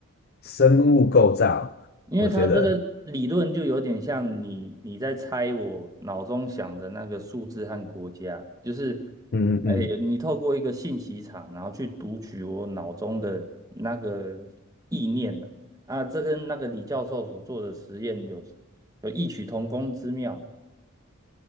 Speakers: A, on the left (about 45°); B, on the right (about 15°).
A: 生物构造，
B: 因为他这个理论就有点像你你在猜我脑中想的那个数字和国家，
A: 我觉得
B: 就是，
A: 嗯嗯嗯，
B: 哎，你透过一个信息场，然后去读取我脑中的那个意念啊，这跟那个李教授所做的实验有有异曲同工之妙。